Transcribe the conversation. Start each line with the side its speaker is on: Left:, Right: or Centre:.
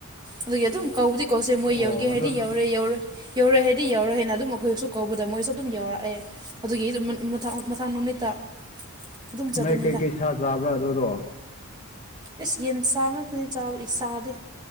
Right: ꯑꯗꯨꯒꯤ ꯑꯗꯨꯝ ꯀꯧꯕꯗꯤ ꯀꯧꯁꯦ ꯃꯣꯏ
Left: ꯑꯣ
Right: ꯌꯧꯒꯦ
Left: ꯑꯗꯨ
Right: ꯍꯥꯏꯗꯤ ꯌꯧꯔꯦ ꯌꯧꯔꯣꯏ ꯌꯧꯔꯣꯏ ꯍꯥꯏꯔꯗꯤ ꯌꯧꯔꯣꯏ ꯍꯥꯏꯅ ꯑꯗꯨꯝ ꯑꯈꯣꯏꯁꯨ ꯀꯧꯕꯗ ꯃꯣꯏꯁꯨ ꯑꯗꯨꯝ ꯌꯥꯎꯔꯛꯑꯦ ꯑꯗꯨꯒꯤ ꯑꯩꯗꯣ ꯃꯨ ꯃꯊꯥꯡ ꯃꯊꯡ ꯅꯨꯃꯤꯠꯇ ꯑꯗꯨꯝ ꯆꯠꯄꯅꯤꯗ
Left: ꯅꯣꯏ ꯀꯩꯀꯩ ꯁꯥ ꯆꯥꯕ꯭ꯔꯥ ꯑꯗꯨꯗꯣ
Right: ꯏꯁꯁꯤ ꯏꯟꯁꯥꯟꯁ ꯅ ꯆꯥꯎꯥꯎ ꯏꯤꯁꯥꯗ